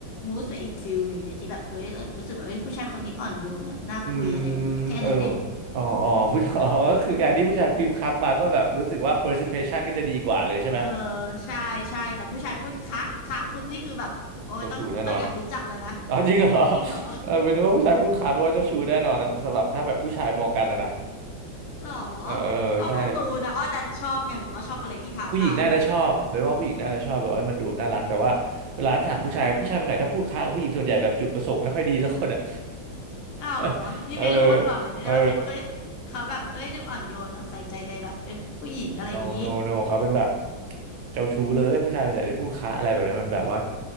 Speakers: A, on the left (about 75°); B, on the right (about 75°).
A: มูสไปอีกฟิลหนึ่งเลยที่แบบเอ้ยรู้สึกว่าเอ้ยผู้ชายคนนี้อ่อนโยนอ่ะน่าคุยอะไรอย่างเงี้ยแค่นั้นเอง
B: อืมเอออ๋ออ๋อผู้ <laughs> อ๋อคือการที่ผู้ชายพิมพ์ครับมาก็แบบรู้สึกว่า first impression ก็จะดีกว่าเลยใช่ไหม
A: เออใช่ใช่แต่ผู้ชายพูดคะคะปุ๊บนี่คือแบบโอ้ยต้องคุต้องอยากรู้จักเลยนะ
B: เจ้าชู้แน่นอนอ๋อจริงเหรอ <laughs>
A: จริงเหรอ
B: เออเป็นนึกว่าผู้ชายพูดครับแปลว่าเจ้าชู้แน่นอนนะสำหรับถ้าแบบผู้ชายมองกันนะนะ
A: หรอ
B: เออเออใช่
A: อ้อเพิ่งรู้นะอ้อดันชอบไงหรืออ้อชอบอะไรที่ท้าทาย
B: ผู้หญิงน่าจะชอบเป็นว่าผู้หญิงน่าจะชอบแบบว่าให้มันดูน่ารักแต่ว่าเวลาถามผู้ชายผู้ชายคนไหนถ้าพูดค้ากับผู้หญิงส่วนใหญ่แบบจุดประสงค์ไม่ค่อยดีสักคนอ่ะ
A: อ้าวเหรอนี่ไม่รู้มาก่อนเลยเนี่ยอ้อคิดว่าเอ้ยเขาแบบเอ้ยดูอ่อนโยนนะใส่ใจในแบบเอ้ยผู้หญิงอะไรอย่างนี้
B: <laughs> เออเออ no no no เขาเป็นแบบเจ้าชู้เลยผู้ชายส่วนใหญ่ที่พูดค้าอะไรแบบนั้นมันแบบว่า